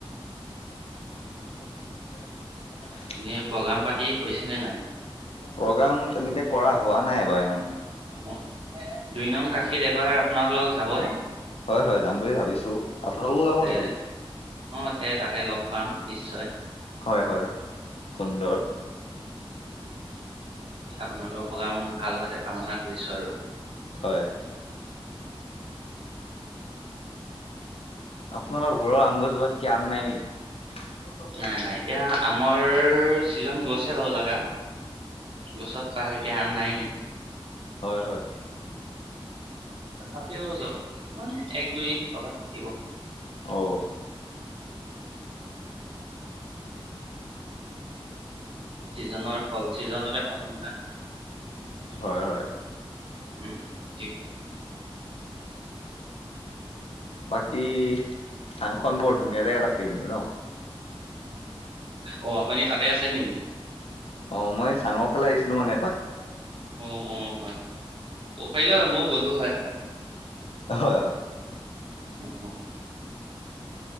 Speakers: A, on the left; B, on the right.
A: <inaudible>
B: এনেই প্ৰগ্ৰাম পাতি কৰিছে নে নাই?
A: প্ৰগ্ৰাম তেনেকে কৰা হোৱা নাইবাৰু ইমান।
B: উ, দুই নং কাশিত এবাৰ আপোনাল লগ যাবনে?
A: হয়, হয় যাম বুলি ভাবিছো আপোনালোকো যাব নেকি?
B: এ অ, তে-তাতে লগ পাম নিশ্চয়।
A: হয়, হয় সুন্দৰ।
B: আপোনালোকৰ প্ৰগ্ৰাম ভাল হাতে কামনা কৰিছো আৰু।
A: হয়। আপোনালোকৰ ঘৰৰ আম গছজোপাত ক আম নাই নেকি?
B: নাই নাই এতিয়া আমৰ ছিজন গছে বাৰু লগা গছত পায় এতিয়া আম নাই।
A: হয়, হয়।
B: তথাপিও য কিছুমান এক, দুই কৰবাত থাকিব।
A: অঔ।
B: সিজনৰ ফল সিজনতে সতম পায়।
A: হয়, হয়।
B: <inaudible>
A: বাকী থাংখনন বৰ ধুনীয়া জেগাত আছে হনো ন।
B: অহ, পানী তাতে আছে নেকি?
A: অ, মই চাঙৰ ফালে আহিছিলো মানে এপাত।
B: অ', অ', হয় ক'ব পাৰিলে মই গ'লো হয়।
A: হয়, হয়।
B: অ'।